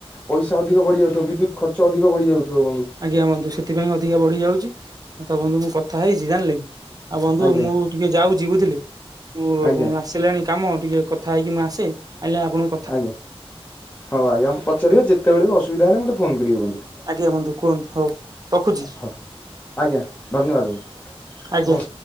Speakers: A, on the left; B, on the right.
A: ପଇସା ଅଧିକ ବଢିଯାଉଛି। ତ ବିଦ୍ୟୁତ ଖର୍ଚ୍ଚ ଅଧିକ ବଢି ଯାଉଥିବ ବନ୍ଧୁ?
B: ଆଜ୍ଞା ବନ୍ଧୁ ସେଥିପାଇଁ ଅଧିକା ବଢ଼ିଯାଉଛି ତ ବନ୍ଧୁ ମୁଁ କଥା ହେଇଛି ଜାଣିଲେ କି? ଆଉ ବନ୍ଧୁ
A: ଆଜ୍ଞା
B: ମୁଁ ଟିକେ ଯାଉଛି ବୁଝିଲି
A: ଆଜ୍ଞା
B: ମୁଁ ଆସେ କଣି କାମ ଟିକେ କଥା ହେଇକି ମୁଁ ଆସେ ଆଇଲେ ଆପଣ
A: ଆଜ୍ଞା ହଉ ଆଜ୍ଞା ମତେ ପଚାରିବେ ଯେତେବେଳେ ବି ଅସୁବିଧା ହେଲେ ମତେ ଫୋନ କରିବେ ବନ୍ଧୁ।
B: ଆଜ୍ଞା ବନ୍ଧୁ କୁହନ୍ତୁ ହଉ ରଖୁଛି?
A: ହଉ ଆଜ୍ଞା ଧନ୍ୟବାଦ ବନ୍ଧୁ।
B: ଆଜ୍ଞା।
A: ନମସ୍କାର।